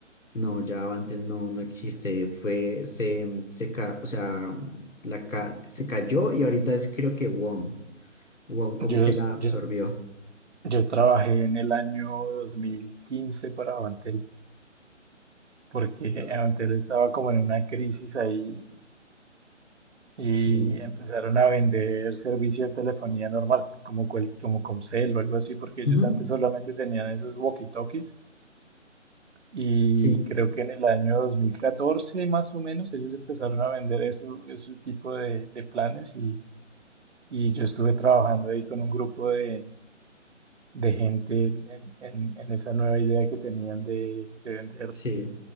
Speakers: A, on the left (about 85°); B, on the right (about 65°).
A: No, ya Avantel no, no existe. Fue, se, mm, se ca- o sea, mm, la ca- se cayó y ahorita es creo que WOM. WOM como
B: Yo,
A: que la absorbió.
B: yo, yo trabajé en el año 2015 para Avantel, porque
A: Entonces,
B: Avantel estaba como en una crisis ahí y
A: sí.
B: empezaron a vender servicio de telefonía normal, como, cual- como Comcel o algo así, porque ellos
A: Ujú,
B: antes solamente tenían esos walkie-talkies y
A: Sí,
B: creo que en el año 2014 más o menos ellos empezaron a vender eso, ese tipo de, de planes y, y yo estuve trabajando ahí con un grupo de, de gente en, en- en- en esa nueva idea que tenían de, de vender
A: sí.